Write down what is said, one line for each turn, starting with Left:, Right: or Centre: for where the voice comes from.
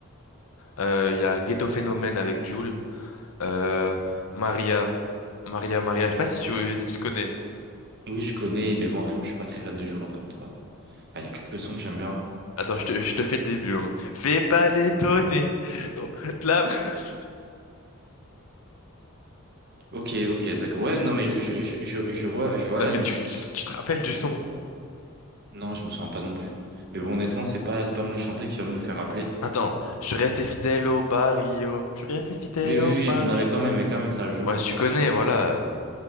Left: euh, il y a Ghetto Phénomène avec Jul, euh, Maria, Maria, Maria. Je sais pas si tu, si tu connais.
Right: oui, je connais, mais bon, après, moi, je suis pas très fan de Jul, encore une fois. Enfin, il y a quelques sons que j'aime bien.
Left: Attends, je te, je te fais le début. hein. Fais pas l'étonner. <laughs> Oh, de la- <laughs>
Right: Ok, ok, d'accord. Ouais, non, mais je, je, je, je vois, je vois
Left: Non
Right: la
Left: mais
Right: musique.
Left: tu, tu, tu te rappelles du son?
Right: Non, je me sens pas non plus. Mais bon, honnêtement, c'est pas, c'est pas me le chanter qui va me le faire rappeler.
Left: Attends, je suis resté fidèle au barrio. Je suis resté fidèle
Right: Oui, oui,
Left: au
Right: oui,
Left: barrio.
Right: mais non, mais quand même, mais quand même, ça, je vois.
Left: Ouais, si tu connais, voilà.